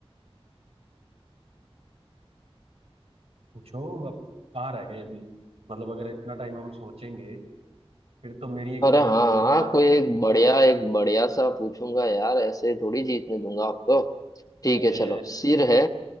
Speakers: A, on the right; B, on the left.
A: पूछो अब कहाँ रह गए अभी मतलब अगर इतना टाइम हम सोचेंगे फिर तो मेरी एक
B: अरे
A: पहेली
B: हाँ
A: और तैयार
B: हाँ
A: हो
B: कोई एक
A: जाएगी
B: बढ़िया एक बढ़िया सा पूछूंगा यार ऐसे थोड़ी जीतने दूंगा आपको ठीक
A: अरे
B: है चलो सिर है